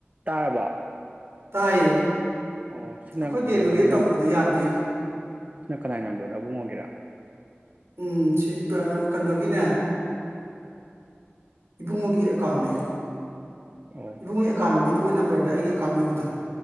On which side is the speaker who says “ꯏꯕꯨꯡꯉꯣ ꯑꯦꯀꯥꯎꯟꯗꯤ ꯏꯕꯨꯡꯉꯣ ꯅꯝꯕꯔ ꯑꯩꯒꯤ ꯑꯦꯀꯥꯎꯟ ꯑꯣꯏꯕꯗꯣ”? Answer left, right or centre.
Right